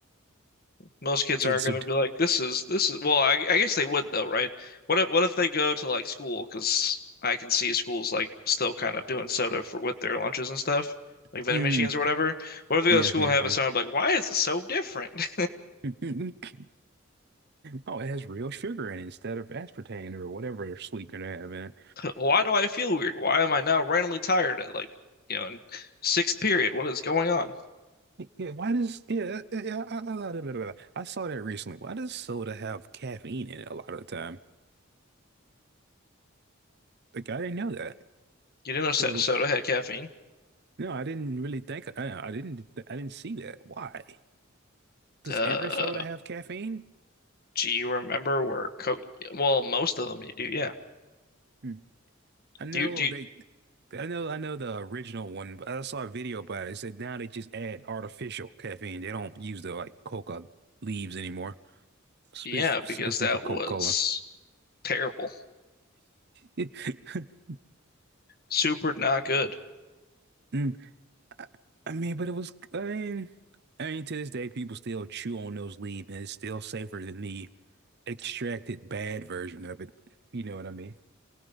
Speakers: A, on the left; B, on the right.
A: Most kids
B: Kids
A: aren't going
B: would,
A: to be like this is this is well, I, I guess they would though, right? What if what if they go to like school because I can see schools like still kind of doing soda for with their lunches and stuff, like vending
B: mm,
A: machines or whatever. What if they
B: yeah,
A: go to school
B: yeah,
A: and have it sound like, why is it so different?
B: yeah. <laughs> Oh, it has real sugar in it instead of aspartame or whatever sweetener they have in
A: why do I feel weird? Why am I now randomly tired at like, you know, in sixth period? What is going on?
B: it. Yeah, why does, yeah, yeah, yeah, yeah, I, I, I, I saw that recently. Why does soda have caffeine in it a lot of the time? Like, I didn't know that.
A: You didn't know so-
B: Because,
A: soda had caffeine.
B: no, I didn't really think, I, I didn't, I didn't see that. Why? Does
A: Uh,
B: every soda have caffeine?
A: do you remember where co well, most of them you do, yeah.
B: Hmm. I know
A: Do you, do you,
B: they, I know, I know the original one, but I saw a video about it. It said now they just add artificial caffeine. They don't use the like coca leaves anymore, spe-
A: yeah,
B: specifically
A: because that
B: for Coca-Cola.
A: was terrible.
B: <laughs>
A: Super not good.
B: Mm. I mean, but it was, I mean, I mean, to this day, people still chew on those leaves, and it's still safer than the extracted bad version of it. You know what I mean?